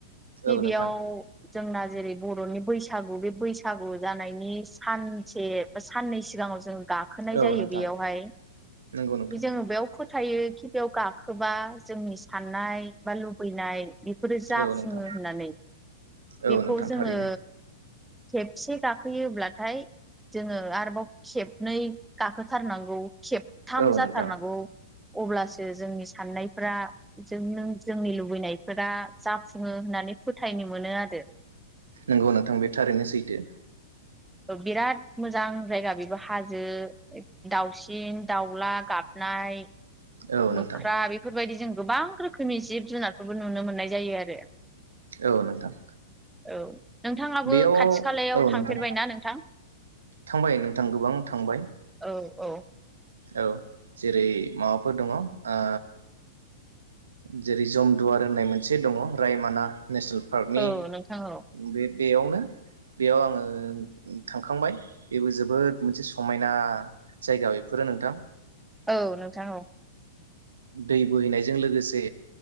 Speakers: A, on the right; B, in the centre.
A: औ
B: गिबियाव
A: नोंथां
B: जोंना जेरै बर'नि बैसागु बे बैसागु जानायनि सानसे बा साननै सिगाङाव जों गाखोनाय
A: औ
B: जायो
A: नोंथां
B: बेयावहाय
A: नंगौ नोंथां
B: जोङो बेयाव फोथायो खि बेयाव गाखोबा जोंनि साननाय बा लुबैनाय बे बेफोरो जाफुङो
A: औ नोंथां
B: होननानै
A: औ
B: बेखौ
A: नोंथां
B: जोङो
A: थारैनो
B: खेबसे गाखोयोब्ला ओमफ्राय जोङो आरोबाव खेबनै गाखोथारनांगौ खेबथाम
A: औ
B: जाथारनांगौ
A: नोंथां
B: अब्लासो जोंनि साननाय फ्रा जों नों जोंनि लुबैनायफोरा जाफुङो होननानै फोथायनो मोनो आरो
A: नंगौ नोंथां बे थारैनो सैथो
B: बिराद मोजां जायगा बेबो हाजो दाउसिन दाउला गाबनाय
A: औ
B: मोख्रा
A: नोंथां
B: बेफोरबायदि जों गोबां रोखोमनि जिब जिब जुनारखौबो नुनो मोननाय जायो आरो
A: औ नोंथां
B: औ नोंथाङाबो
A: बेयाव
B: खाथि खालायाव
A: औ
B: थांफेरबायना
A: नोंथां
B: नों
A: थांबाय नोंथां गोबां थांबाय
B: औ औ
A: औ जेरै माबाफोर दङ ओ जेरै जमदुवार होननाय मोनसे दङ रायमाना नेसनेल पार्कनि
B: औ नोंथां औ
A: बे बेयावनो बेयाव आङो थांखांबाय बेबो जोबोद मोनसे समायना जायगा बेफोर फोरो नोंथां
B: औ नोंथां औ।
A: दै बोहैनायजों लोगोसे